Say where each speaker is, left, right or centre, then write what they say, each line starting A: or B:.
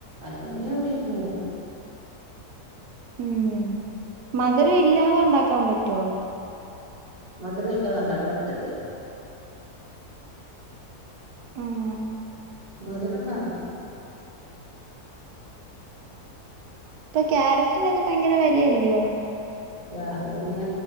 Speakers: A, on the right (about 35°); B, on the right (about 85°).
A: അല്ലെങ്കി അവിടെ ഇരുന്നോളും.
B: ഉം മധുരം ഇല്ലാതെ ഉണ്ടാക്കാൻ പറ്റുവോ?
A: മധുര ഇല്ലാതെ ഉണ്ടാക്കാൻ പറ്റത്തില്ല.
B: ഉം
A: മധുരം വേണം.
B: ഇപ്പൊ ക്യാരറ്റിനൊക്കെ പയങ്കര വെലയല്ലിയോ?
A: ക്യാരറ്റിന്